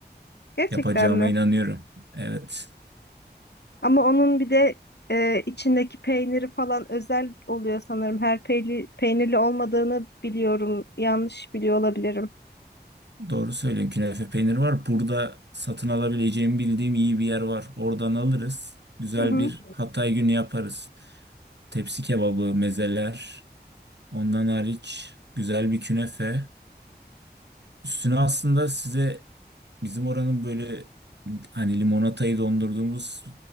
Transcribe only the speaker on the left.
Gerçekten
mi?
Ama onun bir de e, içindeki peyniri falan özel oluyor sanırım. Her peyli, peynirli olmadığını biliyorum. Yanlış biliyor olabilirim.
Hı hı.